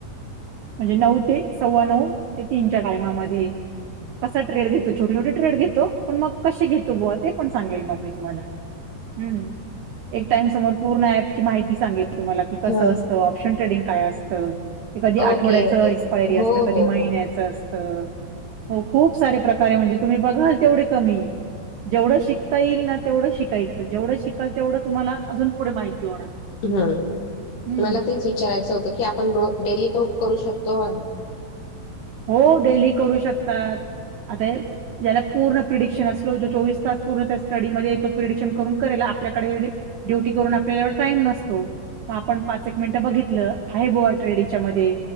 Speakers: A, on the right (about 80°); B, on the left (about 60°).
A: म्हणजे नऊ ते सव्वा नऊ ते तीनच्या टायमामध्ये. कसा ट्रेड घेतो छोटे छोटे ट्रेड घेतो, पण मग कसे घेतो बुवा ते पण सांगेल मग मी तुम्हाला.
B: <inaudible>
A: हम्म. एक टाइम समोर पूर्ण ऍपची माहिती सांगेल तुम्हाला की कसं
B: हा.
A: असतं. शन ट्रेडिंग काय असतं, ते कधी
B: ओके
A: आठवड्याच
B: ओके
A: एक्सपायरी
B: हो
A: असतं, कधी
B: हो
A: महिन्याचं
B: हो.
A: अस तर हो खूप सारे प्रकार आहे म्हणजे तुम्ही बघाल तेवढे कमी आहे. जेवढं शिकता येईल ना तेवढं शिकायचं. जेवढं शिकाल तेवढं तुम्हाला अजून पुढे माहिती होणार.
B: हम्म.
A: हम्म.
B: मला तेच विचारायचं होतं, की आपण डेली <unintelligible> करू शकतो आणि
A: हो डेली करू शकतात. आता याला पूर्ण प्रिडिक्शन असलो जो चोवीस तास पूर्ण त्या स्टडी मध्ये तो प्रिडिक्शन करून करेला आपल्याकडे ड्युटी करून आपल्याला एवढा टाईम नसतो. म आपण पाच एक मिनटं बघितलं आहे बोआ ट्रेडीच्या मध्ये